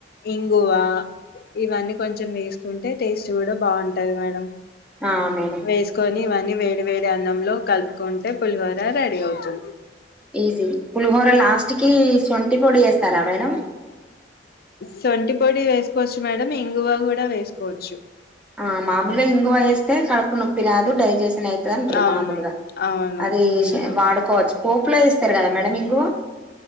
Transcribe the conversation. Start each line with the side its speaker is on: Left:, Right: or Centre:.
Left: ఇంగువ ఇవన్నీ కొంచెం వేసుకుంటే టేస్ట్ కూడా బావుంటది మేడం
Centre: ఆ మేడం
Left: వేసుకొని మ వేడి వేడి అన్నంలో కల్ప్ కొంటే పులిహార రెడీ అవుతుంది
Centre: ఈజీ పులిహోర లాస్ట్ కి సొంటి పొడి ఏస్తారా మేడం
Left: సొంటిపొడి వేసుకోవచ్చు మేడం ఇంగువ కూడా వేసుకోవచ్చు
Centre: ఆ మాములుగా ఇంగువ ఏస్తే కడుపు నొప్పి రాదు డైజెస్ నైతదంటారు
Left: అవును
Centre: మామూలుగా
Left: అవును
Centre: అది ఏషి
Left: హ్మ్
Centre: వాడుకోవచ్చు పోపులో ఏస్తారు కదా మేడం ఇంగువ